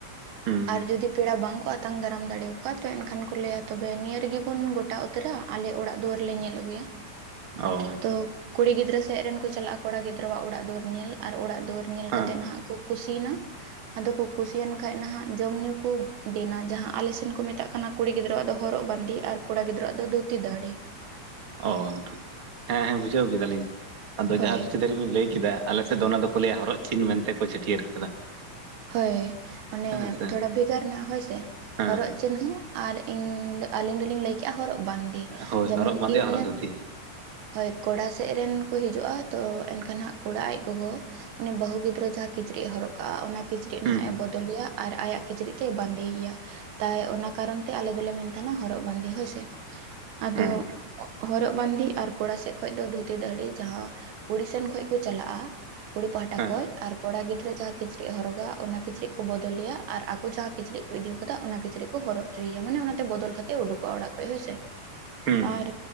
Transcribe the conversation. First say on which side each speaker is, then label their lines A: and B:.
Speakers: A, on the right; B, on the right.
A: ᱦᱩᱸ
B: ᱟᱨ ᱡᱩᱫᱤ ᱯᱮᱲᱟ ᱵᱟᱝᱠᱚ ᱟᱛᱟᱝ ᱫᱟᱨᱟᱢ ᱫᱟᱲᱮᱭᱟᱠᱚᱣᱟ ᱛᱚ ᱮᱱ ᱠᱷᱟᱱ ᱠᱚ ᱞᱟᱹᱭᱟ ᱛᱚᱵᱮ ᱱᱤᱭᱟᱹ ᱨᱮᱜᱮ ᱵᱚᱱ ᱜᱚᱴᱟ ᱩᱛᱟᱹᱨᱟ ᱟᱞᱮ ᱚᱲᱟᱜ ᱫᱩᱣᱟᱹᱨ ᱞᱮ ᱧᱮᱞ ᱟᱹᱜᱩᱭᱟ
A: ᱚ
B: ᱛᱚ ᱠᱩᱲᱤ ᱜᱤᱫᱽᱨᱟᱹ ᱥᱮᱜ ᱨᱮᱱ ᱠᱚ ᱪᱟᱞᱟᱜᱼᱟ ᱠᱚᱲᱟ ᱜᱤᱫᱽᱨᱟᱹᱣᱟᱜ ᱚᱲᱟᱜ ᱫᱩᱣᱟᱹᱨ ᱧᱮᱞ ᱟᱨ ᱚᱲᱟᱜ ᱫᱩᱣᱟᱹᱨ ᱧᱮᱞ
A: ᱦᱮᱸ
B: ᱠᱟᱛᱮᱫ ᱱᱟᱦᱟᱜ ᱠᱚ ᱠᱩᱥᱤᱭᱱᱟ ᱟᱫᱚ ᱠᱚ ᱠᱩᱥᱤᱭᱮᱱ ᱠᱷᱟᱡ ᱱᱟᱦᱟᱜ ᱡᱚᱢ ᱧᱩ ᱠᱚ ᱫᱤᱱ ᱟ ᱡᱟᱦᱟᱸ ᱟᱞᱮ ᱥᱮᱱ ᱠᱚ ᱢᱮᱛᱟᱜ ᱠᱟᱱᱟ ᱠᱩᱲᱤ ᱜᱤᱫᱽᱨᱟᱹᱣᱟᱜ ᱫᱚ ᱦᱚᱨᱚᱜ ᱵᱟᱸᱫᱮ ᱟᱨ ᱠᱚᱲᱟ ᱜᱤᱫᱽᱨᱟᱹᱣᱟᱜ ᱫᱚ ᱫᱷᱩᱛᱤ ᱫᱟᱹᱲᱤ
A: ᱚ ᱦᱮᱸ ᱦᱮᱸ ᱵᱩᱡᱷᱟᱹᱣ ᱠᱮᱫᱟᱞᱤᱧ ᱟᱫᱚ
B: ᱦᱳᱭ
A: ᱡᱟᱦᱟᱸ ᱫᱷᱩᱛᱤ ᱫᱷᱟᱹᱨᱤ ᱵᱤᱱ ᱞᱟᱹᱭ ᱠᱮᱫᱟ ᱟᱞᱮ ᱥᱮᱫ ᱫᱚ ᱚᱱᱟ ᱫᱚᱠᱚ ᱞᱟᱹᱭᱟ ᱦᱚᱨᱚᱜ ᱪᱤᱱ ᱢᱮᱱᱛᱮ ᱠᱚ ᱪᱷᱟᱹᱴᱤᱭᱟᱹᱨ ᱟᱠᱟᱫᱟ᱾
B: ᱦᱳᱭ ᱚᱱᱮ
A: ᱦᱮᱸ ᱥᱮ
B: ᱛᱷᱚᱲᱟ ᱵᱷᱮᱜᱟᱨ ᱱᱟ ᱦᱳᱭᱥᱮ
A: ᱦᱮᱸ
B: ᱦᱚᱨᱚᱜ
A: ᱦᱮᱸ
B: ᱪᱮᱱ ᱦᱚᱸ ᱟᱨ ᱤᱧ ᱟᱹᱞᱤᱧ ᱫᱚᱞᱤᱧ ᱞᱟᱹᱭᱠᱮᱜᱼᱟ ᱦᱚᱨᱚᱜ ᱵᱟᱱᱫᱤ
A: ᱦᱳᱭ
B: ᱡᱮᱢᱚᱱ
A: ᱦᱚᱨᱚᱜ ᱵᱟᱸᱫᱮᱭᱟ
B: ᱠᱤ ᱢᱟᱱᱮ
A: ᱦᱚᱨᱚᱜ ᱫᱷᱩᱛᱤ
B: ᱦᱳᱭ ᱠᱚᱲᱟ ᱥᱮᱫ ᱨᱮᱱ ᱠᱚ ᱦᱤᱡᱩᱜ ᱟ ᱛᱚ ᱮᱱᱠᱷᱟᱱ ᱦᱟᱸᱜ ᱠᱚᱲᱟ ᱟᱡ ᱜᱚᱜᱚ ᱩᱱᱤ ᱵᱟᱹᱩ ᱜᱤᱫᱽᱨᱟᱹ ᱡᱟᱦᱟᱸ ᱠᱤᱪᱨᱤᱡ ᱮ ᱦᱚᱨᱚᱜ ᱠᱟᱜᱼᱟ ᱚᱱᱟ ᱠᱤᱪᱨᱤᱡ ᱱᱟᱦᱟᱜ
A: ᱦᱩᱸ
B: ᱮ ᱵᱚ ᱫᱚᱞᱮᱭᱟ ᱟᱨ ᱟᱭᱟᱜ ᱠᱤᱪᱨᱤᱡ ᱛᱮᱭ ᱵᱟᱸᱫᱮᱭ ᱭᱟ᱾ ᱛᱟᱭ ᱚᱱᱟ ᱠᱟᱨᱚᱱ ᱛᱮ ᱟᱞᱮ ᱫᱚᱞᱮ ᱢᱮᱱ ᱛᱟᱦᱮᱱᱟ ᱦᱚᱨᱚᱜ ᱵᱟᱱᱫᱮ ᱦᱳᱭᱥᱮ ᱟᱫᱚ
A: ᱦᱩᱸ
B: ᱦᱚᱨᱚᱜ ᱵᱟᱹᱱᱫᱮ ᱟᱨ ᱠᱚᱲᱟ ᱥᱮᱫ ᱠᱷᱚᱡ ᱫᱚ ᱫᱷᱩᱛᱤ ᱫᱟᱹᱦᱲᱤ ᱡᱟᱦᱟᱸ ᱠᱩᱲᱤ ᱥᱮᱱ ᱠᱷᱚᱡ ᱠᱚ ᱪᱟᱞᱟᱜ ᱟ ᱠᱩᱲᱤ ᱯᱟᱦᱴᱟ
A: ᱦᱮᱸ
B: ᱠᱷᱚᱡ ᱟᱨ ᱠᱚᱲᱟ ᱜᱤᱫᱽᱨᱟᱹ ᱡᱟᱦᱟᱸ ᱠᱤᱪᱨᱤᱡ ᱮ ᱦᱚᱨᱚᱜᱟ ᱚᱱᱟ ᱠᱤᱪᱨᱤᱡ ᱠᱚ ᱵᱚᱫᱚᱞᱮᱭᱟ ᱟᱨ ᱟᱠᱚ ᱡᱟᱦᱟᱸ ᱠᱤᱪᱨᱤᱜ ᱤᱫᱤᱣ ᱠᱟᱫᱟ ᱚᱱᱟ ᱠᱤᱪᱨᱤᱡ ᱠᱚ ᱦᱚᱨᱚᱜ ᱩᱪᱩᱭᱟ ᱢᱟᱱᱮ ᱚᱱᱟᱛᱮ ᱵᱚᱫᱚᱞ ᱠᱟᱛᱮᱜ ᱩᱰᱩᱠᱚᱜᱼᱟ ᱚᱲᱟᱜ ᱠᱷᱚᱡ ᱦᱳᱭ ᱥᱮ
A: ᱦᱩᱸ
B: ᱟᱨ